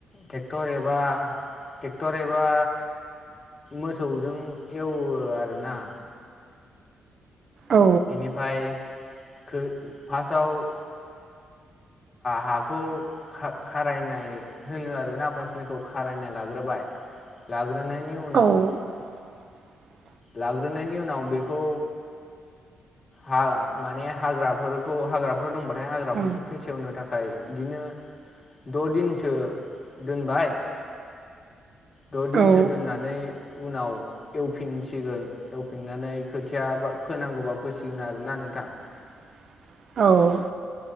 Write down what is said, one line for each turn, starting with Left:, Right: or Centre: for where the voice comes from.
Left: ट्रेक्टर एबा ट्रेक्टर एबा मोसौजों एवो आरोना।
Right: औ
Left: बेनिफ्राय फार्स्टआव हाखौ खारायनाय होनो आरोना आफासनिखौ खारायनाय। लाग्रोबाय लाग्रोनायनि उनाव
Right: औ <inaudible>
Left: लाग्रोनायनि उनाव बेखौ ह माने हाग्राफोरखौ हाग्राफोर दंबाथाय हाग्राफोरखौ
Right: औ
Left: फेसेवनो थाखाय <inaudible> थाखाय बिदिनो द दिनसो दोनबाय। <inaudible> द दिनसो
Right: औ
Left: दोननानै उनाव एवफिनसिगोन एवफिननानै खोथियाा फोनांगौबा फोसिगोन आरोना। नोंथां।
Right: <inaudible> औ।